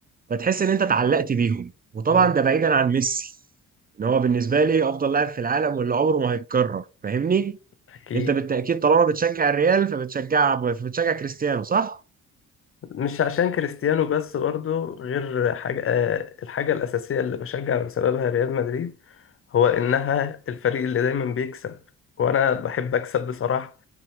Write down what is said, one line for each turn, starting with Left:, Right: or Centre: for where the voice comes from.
Right: فتحس ان انت اتعلقت بيهم وطبعا
Left: مم.
Right: ده بعيدا عن ميسي ان هو بالنسبه لي افضل لاعب في العالم واللي عمره ما هيتكرر فاهمني؟
Left: اكيد
Right: انت بالتاكيد طالما بتشجع الريال فبتشجع فبتشجع كريستيانو صح؟
Left: مش عشان كريستيانو بس برضه غير حاجة آه، الحاجة الأساسية اللي بشجع بسببها ريال مدريد هو إنها الفريق اللي دايما بيكسب وأنا بحب أكسب بصراحة